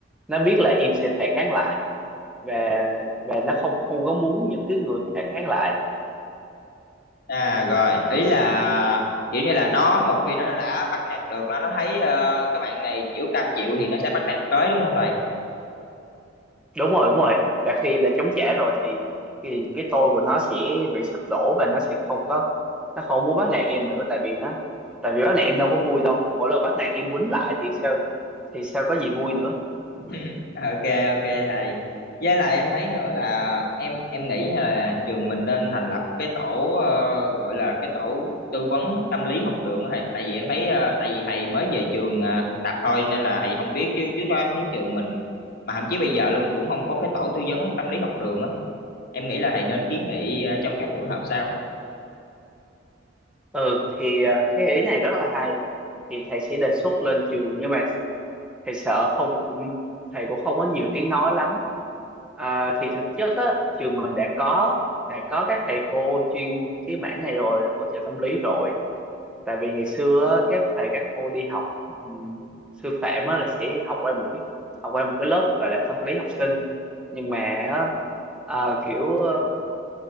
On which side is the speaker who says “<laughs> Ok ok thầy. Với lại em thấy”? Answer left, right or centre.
Left